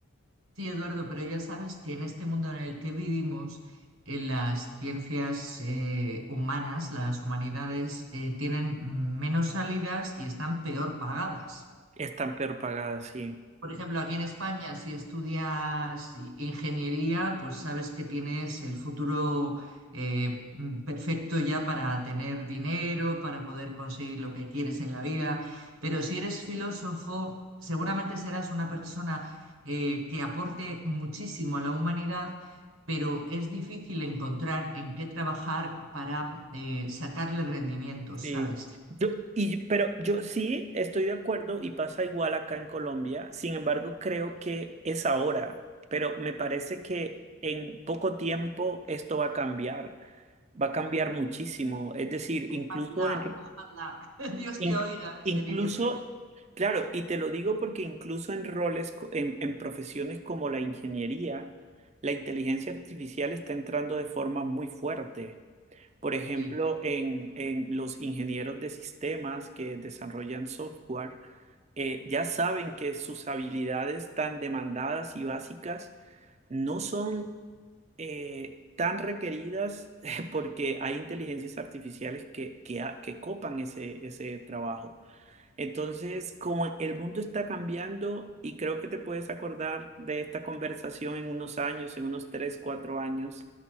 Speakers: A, on the right; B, on the right.
A: Sí, Eduardo, pero ya sabes que en este mundo en el que vivimos, en las ciencias eh, humanas, las humanidades, eh, tienen menos salidas y están peor pagadas.
B: Están peor pagadas, sí.
A: Por ejemplo, aquí en España, si estudias i- ingeniería, pues sabes que tienes el futuro eh, mm, perfecto ya para tener dinero, para poder conseguir lo que quieres en la vida. Pero si eres filósofo, seguramente serás una persona eh, que aporte muchísimo a la humanidad, pero es difícil encontrar en qué trabajar para eh, sacarle rendimiento, ¿sabes?
B: Sí. Yo, y, yo- pero yo sí estoy de acuerdo y pasa igual acá en Colombia. Sin embargo, creo que es ahora, pero me parece que en poco tiempo esto va a cambiar. Va a cambiar muchísimo. Es decir,
A: Ojalá,
B: incluso en,
A: ojalá, <laughs> Dios
B: in-
A: te oiga,
B: incluso,
A: se dice por aquí.
B: claro, y te lo digo porque incluso en roles, co- en, en profesiones como la ingeniería, la inteligencia artificial está entrando de forma muy fuerte. Por ejemplo,
A: Sí.
B: en, en los ingenieros de sistemas que desarrollan software, eh, ya saben que sus habilidades tan demandadas y básicas no son eh, tan requeridas <laughs> porque hay inteligencias artificiales que, que, ha- que copan ese, ese trabajo. Entonces, como el mundo está cambiando y creo que te puedes acordar de esta conversación en unos años, en unos tres, cuatro años,